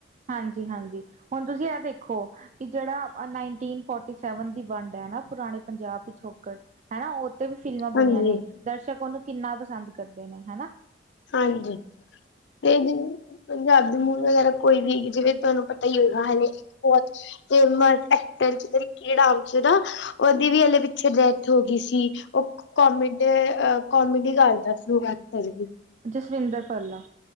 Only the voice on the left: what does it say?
ਹਾਂਜੀ,
ਹਾਂਜੀ, ਤੇ ਪੰਜਾਬੀ ਮੂਵੀ ਵਗੈਰਾ ਕੋਈ ਵੀ, ਜਿਵੇਂ ਤੁਹਾਨੂੰ ਪਤਾ ਈ ਹੋਵੇਗਾ ਹਾਲੇ ਫੇਮਸ <unintelligible> ਉਹਦੀ ਵੀ ਹਲੇ ਪਿੱਛੇ ਡੈਥ ਹੋ ਗਈ ਸੀ, ਓ ਕੋਮੇਡ ਅ ਕੋਮੇਡੀ ਕਰਦਾ ਸੀ <unintelligible>